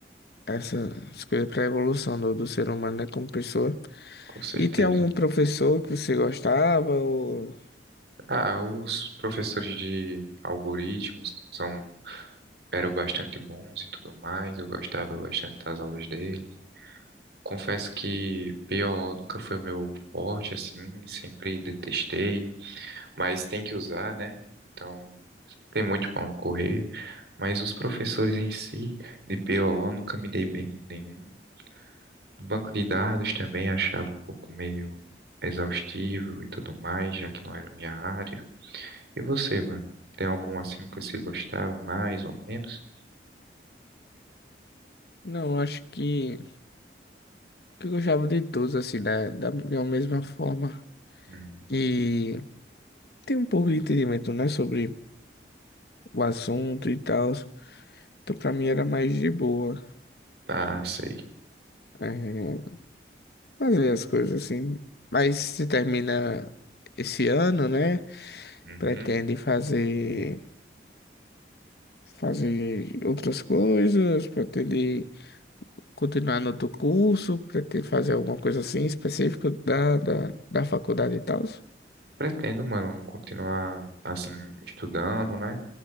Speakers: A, on the left; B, on the right.
A: essa- essas coisas para a evolução do, do ser humano, né, como pessoa.
B: com certeza.
A: E tem algum professor que você gostava ou...
B: Ah, os professores de algoritmos são, eram bastante bons e tudo mais. Eu gostava bastante das aulas deles. Confesso que PO nunca foi o meu forte, assim, sempre detestei, mas tem que usar, né? Então, tem muito para onde correr. Mas os professores em si, de PO, nunca me dei bem com nenhum. O banco de dados também achava um pouco meio exaustivo e tudo mais, já que não era minha área. E você, mano? Tem algum assim que você gostava mais ou menos?
A: Não, acho que, que eu gostava de todos, assim, da, da, de uma mesma forma.
B: Hum,
A: E tem um pouco de entendimento, né, sobre o assunto e tal. Então, pra mim era mais de boa.
B: tá, sei.
A: É, fazer as coisas assim. Mas se termina esse ano, né?
B: Uhum.
A: Pretende fazer fazer outras coisas, pretende continuar no outro curso, pretende fazer alguma coisa assim específica da, da, da faculdade e tal.
B: Pretendo, mano, continuar assim, estudando, né?